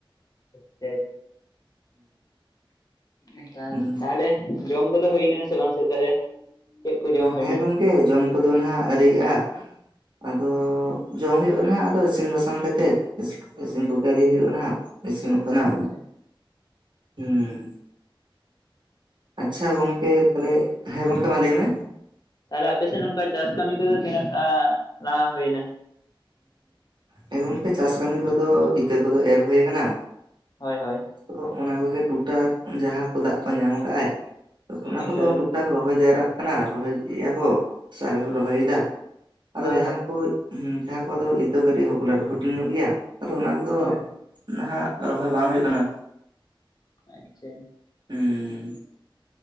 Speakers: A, on the left; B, on the right.
A: ᱟᱪᱪᱷᱟ ᱟᱪᱪᱷᱟ
B: ᱦᱩᱸ
A: ᱛᱟᱦᱚᱞᱮ ᱡᱚᱢ ᱠᱚᱫᱚ ᱦᱩᱭ ᱠᱟᱱᱟ ᱥᱮ ᱵᱟᱝ ᱥᱮᱛᱟᱜ ᱨᱮ ᱪᱮᱫ ᱠᱚ ᱡᱚᱢ ᱦᱩᱭᱱᱟ
B: ᱦᱮᱸ ᱜᱚᱝᱠᱮ ᱡᱚᱢ ᱠᱚᱫᱚ ᱱᱟᱜ ᱟᱹᱣᱨᱤᱟᱜᱼᱟ ᱟᱫᱚ ᱡᱚᱢ ᱦᱩᱭᱩᱜᱼᱟ ᱦᱟᱸᱜ ᱟᱫᱚ ᱤᱥᱤᱱ ᱵᱟᱥᱟᱝ ᱠᱟᱛᱮᱫ ᱤᱥᱤᱱ ᱠᱚ ᱟᱹᱣᱨᱤ ᱦᱩᱭᱩᱜᱼᱟ ᱱᱟᱦᱟᱜ ᱤᱥᱤᱱᱚᱜ
A: ᱟᱪᱪᱷᱟ
B: ᱠᱟᱱᱟ
A: ᱟᱪᱪᱷᱟ
B: ᱩᱢ ᱟᱪᱪᱷᱟ ᱜᱚᱝᱠᱮ ᱛᱟᱦᱚᱞᱮ ᱦᱮᱸ ᱜᱚᱝᱠᱮ ᱢᱟ ᱞᱟᱹᱭ ᱢᱮ
A: ᱛᱟᱦᱚᱞᱮ ᱟᱯᱮ ᱥᱮᱱ ᱱᱚᱝᱠᱟ ᱪᱟᱥ ᱠᱟᱹᱢᱤ ᱠᱚᱫᱚ ᱛᱤᱱᱟᱹᱜ ᱴᱟ ᱞᱟᱦᱟ ᱦᱩᱭ ᱮᱱᱟ
B: ᱦᱮᱸ ᱜᱚᱝᱠᱮ ᱪᱟᱥ ᱠᱟᱹᱢᱤ ᱠᱚᱫᱚ ᱤᱛᱟᱹ ᱠᱚᱫᱚ ᱮᱨ ᱦᱩᱭ ᱟᱠᱟᱱᱟ
A: ᱦᱳᱭ ᱦᱳᱭ
B: ᱛᱚ ᱚᱱᱟ ᱠᱚᱜᱮ ᱴᱩᱠᱴᱟ ᱡᱟᱦᱟᱸ ᱠᱚ ᱫᱟᱜ ᱠᱚ ᱧᱟᱢ ᱠᱟᱜᱟᱭ ᱚᱱᱟ
A: ᱤᱱᱠᱟᱹ
B: ᱠᱚᱫᱚ
A: ᱞᱮᱠᱟ
B: ᱴᱩᱠᱴᱟ ᱨᱚᱦᱚᱭ ᱡᱟᱣᱨᱟᱜ ᱠᱟᱱᱟ ᱨᱚᱦᱚᱭ ᱤᱫᱤᱭᱟ ᱠᱚ ᱥᱮ ᱟᱞᱮ ᱦᱚᱞᱮ ᱨᱚᱦᱚᱭ
A: ᱟᱪᱪᱷᱟ
B: ᱫᱟ ᱟᱫᱚ
A: ᱦᱳᱭ
B: ᱡᱟᱦᱟᱸ
A: ᱦᱳᱭ
B: ᱠᱚ ᱦᱩᱸ ᱡᱟᱦᱟᱸ ᱠᱚᱫᱚ ᱤᱛᱟᱹ ᱠᱟᱹᱴᱤᱡ ᱦᱩᱰᱤᱝ ᱧᱚᱜ ᱜᱮᱭᱟ ᱟᱫᱚ ᱚᱱᱟ ᱠᱚᱫᱚ
A: ᱦᱳᱭ
B: ᱱᱟᱦᱟᱸᱜ ᱨᱚᱦᱚᱭ ᱵᱟᱝ ᱦᱩᱭᱩᱜ ᱠᱟᱱᱟ
A: ᱟᱪᱪᱷᱟ
B: ᱦᱩᱸ